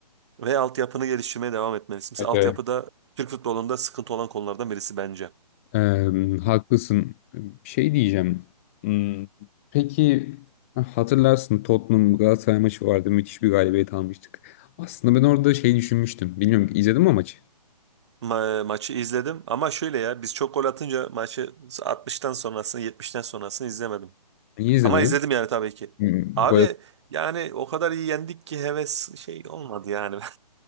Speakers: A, on the right; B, on the left.
A: ve altyapını geliştirmeye devam etmelisin. Mesela
B: evet.
A: altyapıda Türk futbolunda sıkıntı olan konulardan birisi bence.
B: Ee, haklısın. Şey diyeceğim. Hmm, Peki hatırlarsın Tottenham Galatasaray maçı vardı. Müthiş bir galibiyet almıştık. Aslında ben orada şey düşünmüştüm. Bilmiyorum izledin mi o maçı?
A: Ma- maçı izledim ama şöyle ya biz çok gol atınca maçı 60'tan sonrasını 70'ten sonrasını izlemedim.
B: Niye izlemedin?
A: Ama izledim yani tabii ki.
B: Hmm,
A: Abi
B: Gol
A: yani o kadar iyi yendik ki heves şey olmadı yani. <laughs>